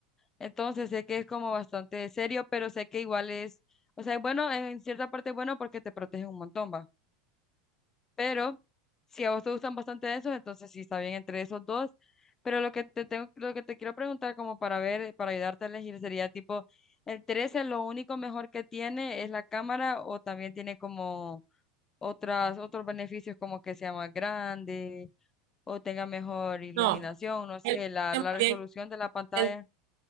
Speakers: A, on the left; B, on the right.
A: Entonces sé que es como bastante serio, pero sé que igual es, o sea, es bueno, en cierta parte es bueno porque te protege un montón, va. Pero si a vos te gustan bastante esos, entonces sí está bien entre esos dos. Pero lo que te tengo, lo que te quiero preguntar como para ver, para ayudarte a elegir sería tipo, el 13 lo único mejor que tiene es la cámara o también tiene como otras, otros beneficios como que sea más grande o tenga mejor iluminación,
B: No,
A: no sé,
B: el,
A: la,
B: también,
A: la resolución de la pantalla.
B: el-